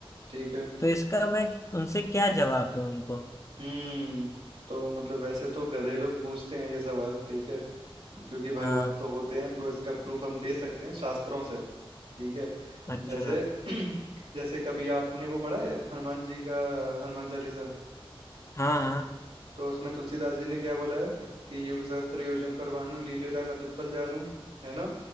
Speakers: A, on the right (about 85°); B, on the left (about 30°).
A: ठीक है
B: तो इसका मैं उनसे क्या जवाब दूं उनको
A: हम्म तो मतलब वैसे तो गधे लोग पूछते हैं ये सवाल ठीक है क्योंकि भगवान
B: हाँ
A: तो होते हैं तो इसका प्रूफ हम दे सकते हैं शास्त्रों से ठीक है
B: अच्छा
A: जैसे <clears throat> जैसे कभी आपने वो पढ़ा है तो हनुमान जी का हनुमान चालीसा
B: हाँ हाँ
A: तो उसमें तुलसीदास जी ने क्या बोला है कि युग सहस्त्र योजन पर भानु लील्योताय मधुर फल जानू है ना